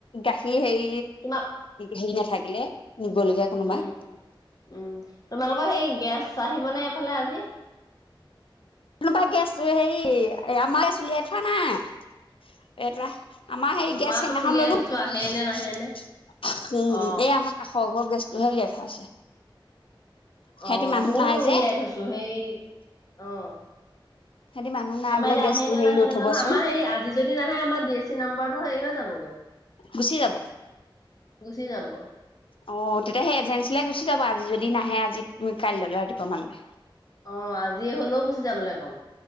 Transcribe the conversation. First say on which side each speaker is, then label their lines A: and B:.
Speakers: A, on the left (about 80°); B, on the left (about 45°).
A: গাখীৰ হেৰি
B: তোমাক
A: হেৰি নাথাকিলে নিবলগীয়া কোনোবা।
B: উম উম তোমালোকৰ সেই গেছ আহিব নে এইফালে আজি?
A: কোনোবা গেছ হেৰি আমাৰ গেছ উলিয়াই থোৱা নাই। এটা আমাৰ
B: অ
A: সেই
B: আমাৰতো
A: গেছ সেইদিনাখন
B: উলিয়াই
A: ললো।
B: থৈছো
A: উম
B: আহে নে নাহে নে অ
A: উম এই আমাৰ কাষৰ সৰ ঘৰ গেছটোহে উলিয়াই থোৱা আছে। সিহঁতি
B: অঁ
A: মানুহ
B: মইও
A: নাই যে
B: উলিয়াই থৈছো সেই অঁ
A: <unintelligible> মানুহ নাই
B: আমাৰ
A: বোলে
B: এতিয়া
A: গেছটো
B: আজি যদি
A: হেৰি
B: নাহে
A: লৈ
B: নাজানো।
A: থবচোন
B: আমাৰ হেৰি আজি যদি নাহে আমাৰ ডি এছ চি নাম্বৰটো হেৰি হৈ যাবগে।
A: গুচি যাব।
B: গুচি যাব।
A: অ' তেতিয়া সেই এজেঞ্চিলৈ গুচি যাব আজি যদি নাহে আজি কাইলৈ ৰাতিপুৱা মানলৈ?
B: অ আজি হলেও গুচি যাবলৈ কম।